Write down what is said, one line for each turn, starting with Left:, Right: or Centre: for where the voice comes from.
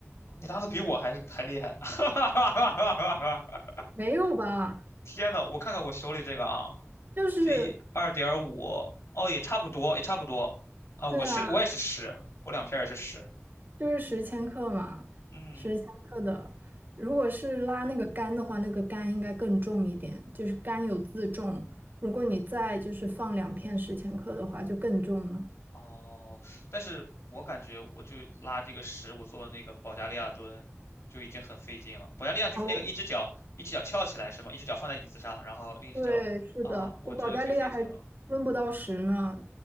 Left: 你拉的比我还还厉害，<laughs>
Right: 没有吧？
Left: 天呐，我看看我手里这个啊。
Right: 就是
Left: 对，二点五，哦，也差不多，也差不多。啊，
Right: 对啊。
Left: 我是我也是十，我两片儿也是十。
Right: 就是十千克嘛，
Left: 嗯，
Right: 十千克的。如果是拉那个杆的话，那个杆应该更重一点，就是杆有自重。如果你再就是放两片十千克的话，就更重了。
Left: 哦，但是我感觉我就拉这个十，我做那个保加利亚蹲就已经很费劲了。保加利亚就是那个一只脚一只脚翘起来是吗？
Right: 哦，
Left: 一只脚放在椅子上，然后另一只脚啊，
Right: 对，是的，
Left: 我做的挺费劲了。
Right: 我保加利亚还蹲不到十呢，